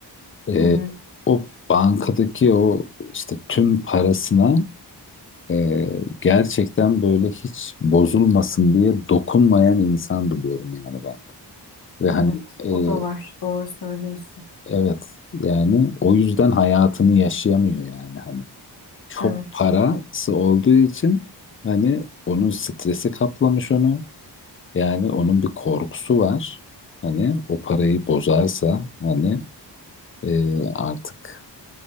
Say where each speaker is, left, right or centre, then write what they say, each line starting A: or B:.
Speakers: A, on the left (about 30°); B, on the left (about 60°).
A: E,
B: hı hı.
A: o bankadaki o işte tüm parasına ee, gerçekten böyle hiç bozulmasın diye dokunmayan insan biliyorum yani ben. Ve hani
B: Evet,
A: e,
B: o da var. Doğru söylüyorsun.
A: evet yani o yüzden hayatını yaşayamıyor yani hani. Çok
B: Evet.
A: parası olduğu için hani onun stresi kaplamış onu. Yani onun bir korkusu var. Hani o parayı bozarsa hani e, artık